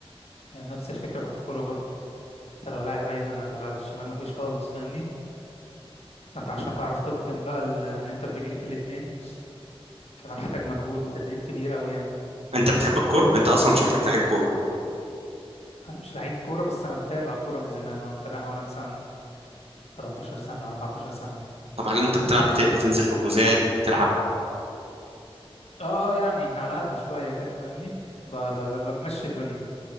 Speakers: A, on the left; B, on the right.
A: هي نفس الفكرة في الكورة برضه انت لو لاعب ايمن هتبقى بالشمال مفيش خالص فاهمني فانت عشان تعرف تتقن بقى ال- ان انت برجليك الاتنين فده محتاج مجهود وتدريب كبير قوي يعني
B: انت بتحب الكوره انت اصلا شكلك لعيب كوره
A: انا مش لعيب كورة بس انا متابع كورة من زمان انا متابعها وانا مثلا 13 سنة 14 سنة
B: طب هل انت بتلعب بت- بتنزل حجوزات بتلعب
A: اه يعني على قد شوية كده فاهمني ب- ب- ب- بمشي الدنيا